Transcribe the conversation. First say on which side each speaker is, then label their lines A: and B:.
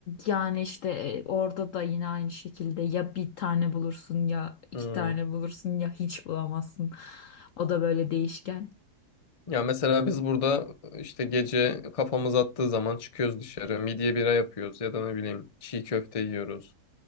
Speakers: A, on the left; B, on the left.
A: Yani işte e, orada da yine aynı şekilde ya bir tane bulursun ya iki
B: Hmm.
A: tane bulursun ya hiç bulamazsın. O da böyle değişken.
B: Ya mesela biz burada işte gece kafamız attığı zaman çıkıyoruz dışarı. Midye bira yapıyoruz ya da ne bileyim çiğ köfte yiyoruz.